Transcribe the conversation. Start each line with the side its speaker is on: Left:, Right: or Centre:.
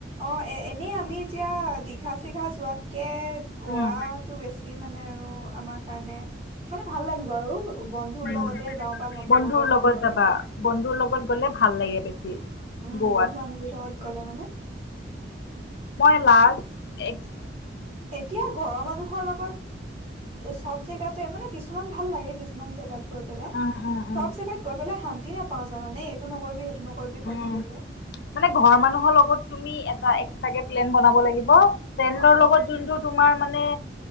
Right: অ এ এনেই আমি এতিয়া দীঘা চিঘা যোৱাতকে গোৱাত
Left: উম
Right: টো বেছি মানে আৰু আমাৰ কাৰণে মানে ভাল লাগিব আৰু বন্ধুৰ
Left: উম
Right: লগতে যাওঁ বা বন্ধু
Left: বন্ধুৰ
Right: বৰ্গৰ লগত গ'লে
Left: যাবা বন্ধুৰ লগত গ'লে ভাল লাগে বেছি
Right: উম
Left: গ'ৱাত
Right: বন্ধু বান্ধৱীৰ লগত গ'লে মানে
Left: মই লাষ্ট এক্স
Right: এতিয়া ঘৰৰ মানুহৰ লগত চব জেগাতে মানে কিছুমান ভাল লাগে কিছুমান জেগাত গৈ পেলাই
Left: উম উম উম
Right: চব জেগাত গৈ পেলাই শান্তি নাপাওঁ জানানে নকৰিবি সেইটো নকৰিবি কৈ
Left: উম
Right: থাকে যে
Left: মানে ঘৰ মানুহৰ লগত তুমি এটা এক্সটাকে প্লেন বনাব লাগিব ফ্ৰেণ্ডৰ
Right: অ
Left: লগত যোনটো তোমাৰ মানে